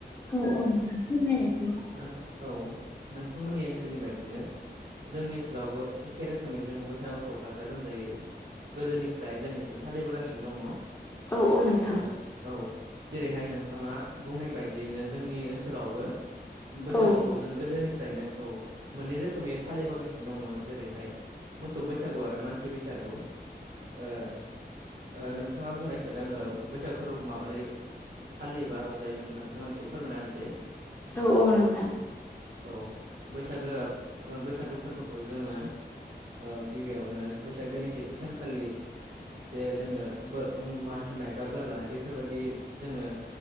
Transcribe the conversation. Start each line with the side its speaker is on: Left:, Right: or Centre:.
Left: औ औ नोंथां फोरमायनायसाय
Right: नोंथां औ नोंथांमोननि ओनसोलनि बायदिनो जोंनि ओनसोलावबो एखे रोखोमै जों बैसागुखौ गाजा गोमजायै गोदोनिफ्राय दिनैसिम फालिबोगासिनो दङ।
Left: औ औ नोंथां
Right: ओ औ जेरैहाय नोंथाङा बुंनाय बायदियैनो जोंनि ओनसोलावबो बैसागुखौ
Left: औ
Right: जों गोदोनि फ्रायनो औ मोननै रोखोमै फालिबोगासिनो दङ जेरैहाय मोसौ बैसागु आरो मानसि बैसागु नंगौ ओ नोंथाङा बुंनाय हिसाबै आङो बैसागु फोरबोखौ माबोरै फालियोबा रंजायो नोंथांनिसिम एसे फोरमायना होनोसै
Left: औ औ
Right: ओ
Left: नोंथां
Right: औ बैसागोआ बैसागु फोरबोखौ जोङो ओ गिबियावनो बैसागोनि सेथि सानखालि जे जोङो बो मान होनाय बा बोर लानाय बेफोरबायदि जोङो